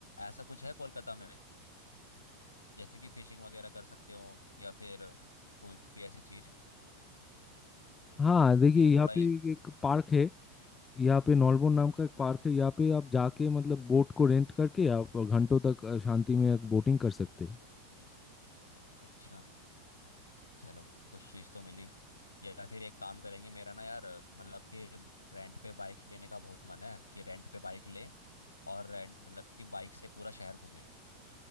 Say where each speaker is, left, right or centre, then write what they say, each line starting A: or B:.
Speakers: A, on the left (about 80°); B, on the left (about 20°).
A: ऐसा कुछ है कोलकाता में जैसे कि फिशिंग वगैरह कर सकते हो या फिर कोई भी ऐसी चीज़
B: हाँ देखिए
A: जैसे
B: यहाँ
A: थोड़ा ही-
B: पे एक पार्क है यहाँ पे नॉलबोन नाम का एक पार्क है यहाँ पे आप जाके मतलब बोट को रेंट करके आप घंटों तक अ, शांति में बोटिंग कर सकते हैं
A: अच्छा चलो कुछ चीज़ तो मिली या फिर एक काम करेंगे मेरा ना यार मतलब कि रेंट पे बाइक लेने का बहुत मन है कि रेंट पे बाइक ले और रेंट मतलब कि बाइक से पूरा शहर घूमे